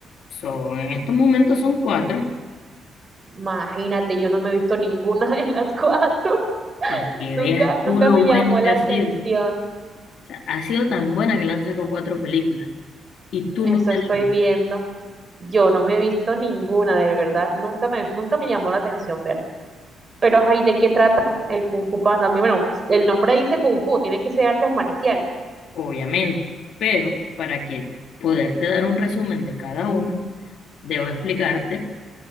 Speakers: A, on the left; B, on the right.
A: So, en estos momentos son cuatro,
B: Imagínate, yo no me he visto ninguna <laughs> de las cuatro. <laughs>
A: para que
B: Nunca,
A: veas
B: nunca
A: tú lo
B: me
A: buena
B: llamó la
A: que ha
B: atención.
A: sido. O sea, ha sido tan buena que le han sacado cuatro películas y tú
B: Eso
A: no te
B: estoy
A: las viste,
B: viendo. Yo no me he visto ninguna, de verdad. Nunca me, nunca me llamó la atención verla. Pero, ay, ¿de qué trata el Kung Fu Panda? Bueno, el nombre dice Kung Fu, tienen que ser artes marciales.
A: obviamente, pero para que poderte dar un resumen de cada una, debo explicarte